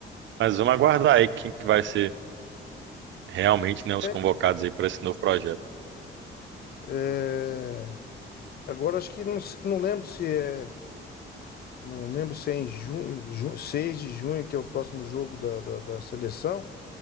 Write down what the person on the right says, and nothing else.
Mas vamos aguardar aí quem que vai ser realmente, né, os
convocados aí para esse novo projeto.